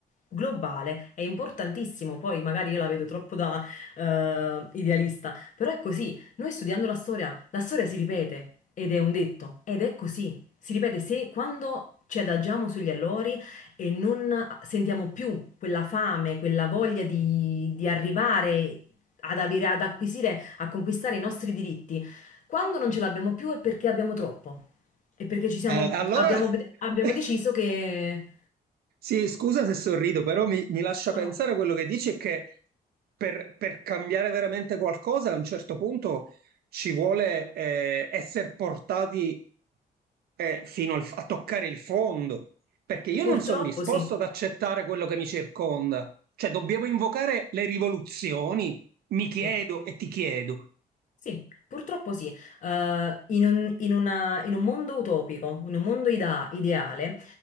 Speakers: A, on the left; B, on the right.
A: globale, è importantissimo. Poi magari io la vedo troppo da eh, idealista, però è così. Noi studiando la storia, la storia si ripete ed è un detto, ed è così. Si ripete, se quando ci adagiamo sugli allori e non sentiamo più quella fame, quella voglia di, di arrivare ad avere, ad acquisire, a conquistare i nostri diritti, quando non ce l'abbiamo più è perché abbiamo troppo. E perché ci siamo,
B: Eh, allora
A: abbiamo, abbiamo
B: <laughs>
A: deciso che...
B: Sì, scusa se sorrido, però mi, mi lascia pensare
A: No, no,
B: quello che dici è che per, per cambiare veramente qualcosa a un certo punto ci vuole eh, essere portati eh, fino al- a toccare il fondo, perché io
A: purtroppo
B: non sono disposto
A: sì,
B: ad accettare quello che mi circonda. Cioè, dobbiamo invocare le rivoluzioni, mi chiedo
A: sì.
B: e ti chiedo.
A: Sì, purtroppo sì. Eh, in un, in una- in un mondo utopico, in un mondo ida- ideale,